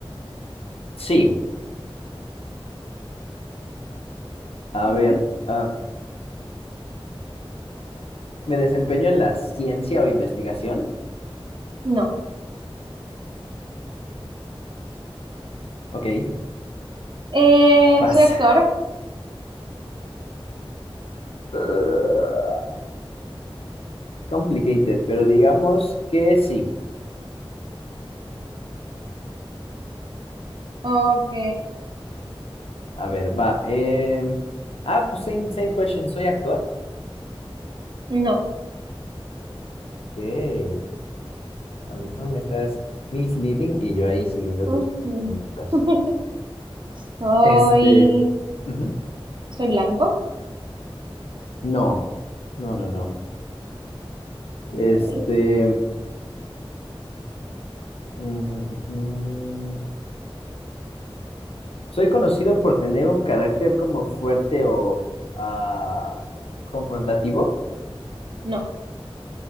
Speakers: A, on the left (about 80°); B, on the right (about 55°).
A: sí, a
B: Ok.
A: ver. ah, ¿me desempeño en la ciencia o investigación?
B: No.
A: Ok,
B: Eh,
A: vas.
B: soy actor.
A: <laughs> Ah, complicated, pero digamos que sí.
B: Ok.
A: A ver, va. em, ah, pues same, same question. ¿Soy actor?
B: No.
A: Ok, a lo mejor me estás misleading y yo ahí siguiendo
B: Ujú.
A: tus preguntas.
B: <laughs> Soy,
A: Este, ujú,
B: soy blanco,
A: No, no, no, no. Este,
B: ok.
A: mm, soy conocido por tener un carácter como fuerte o ah, confrontativo.
B: No,